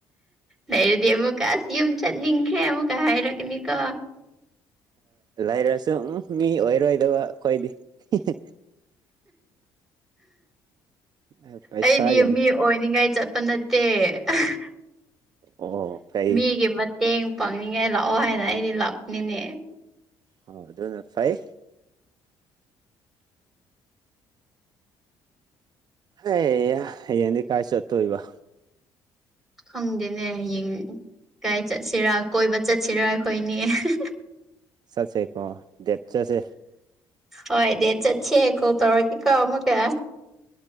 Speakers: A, in the centre; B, on the right.
A: ꯂꯩꯔꯗꯤ ꯑꯃꯨꯛꯀ ꯑꯁ ꯌꯨꯝ ꯆꯠꯅꯤꯡꯈ꯭ꯔꯦ ꯑꯃꯨꯛꯀ ꯍꯥꯏꯔꯛꯒꯅꯤꯀꯣ
B: ꯂꯩꯔꯁꯨ ꯃꯤ ꯑꯣꯏꯔꯣꯏꯗꯕ ꯑꯩꯈꯣꯏꯗꯤ ꯍꯤꯍꯤ ꯑꯦ ꯄꯩꯁꯥ
A: ꯑꯩꯗꯤ
B: ꯌꯥꯝ
A: ꯃꯤ ꯑꯣꯏꯅꯤꯡꯉꯥꯏ ꯆꯠꯄ ꯅꯠꯇꯦ <unintelligible>
B: ꯑꯣ ꯀꯩ
A: ꯃꯤꯒꯤ ꯃꯠ ꯇꯦꯡ ꯄꯥꯡꯅꯤꯡꯉꯥꯏ ꯂꯥꯛꯑꯣ ꯍꯥꯏꯅ ꯑꯩꯗꯤ ꯂꯥꯛꯄꯅꯤꯅꯦ
B: ꯑꯣ ꯑꯗꯨꯅ ꯐꯩ ꯍꯦ ꯍꯌꯦꯡꯗꯤ ꯀꯥꯏ ꯆꯠꯇꯣꯏꯕ
A: ꯈꯪꯗꯦꯅꯦ ꯍꯌꯦꯡ ꯀꯥꯥꯏ ꯆꯠꯁꯤꯔꯥ ꯀꯣꯏꯕ ꯆꯠꯁꯤꯔꯥ ꯑꯩꯈꯣꯏꯅꯤ <unintelligible>
B: ꯆꯠꯁꯦꯀꯣ ꯗꯦꯠ ꯆꯠꯁꯦ
A: ꯍꯣꯏ ꯗꯤꯠ ꯆꯠꯁꯦ ꯀꯣ ꯇꯧꯔꯛꯀꯦ ꯀꯣ ꯑꯃꯨꯛꯀ